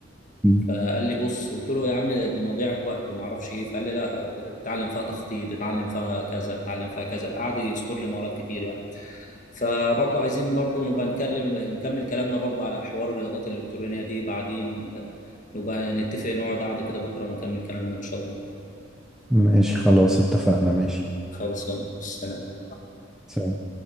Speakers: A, in the centre; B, on the left.
A: مم.
B: فقال لي بص قلت له يا عم دي مضيعه وقت وما اعرفش ايه فقال لي لا اتعلم فيها تخطيط اتعلم فيها كذا اتعلم فيها كذا قعد يذكر لي مهارات كتير يعني فبرضه عايزين برضه نبقى نكلم نكمل كلامنا برضه على حوار الرياضات الإلكترونية دي بعدين نبقى نتفق نقعد قعدة كده بكرة ونكمل كلامنا إن شاء الله
A: ماشي خلاص اتفقنا ماشي
B: خلصان سلام
A: سلام.